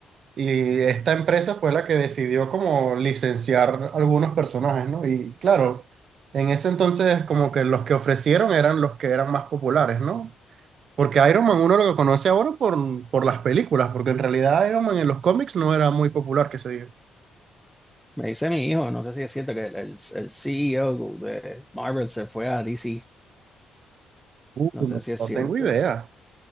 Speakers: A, on the right (about 55°); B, in the centre.
A: y esta empresa fue la que decidió como licenciar algunos personajes, ¿no? Y claro, en ese entonces como que los que ofrecieron eran los que eran más populares, ¿no? Porque Iron Man uno lo que conoce ahora por, por las películas, porque en realidad Iron Man en los cómics no era muy popular, que se diga.
B: Me dice mi hijo, no sé si es cierto que el, el, el CEO de Marvel se fue a DC.
A: Uh,
B: No
A: no,
B: sé si es
A: no
B: cierto.
A: tengo idea,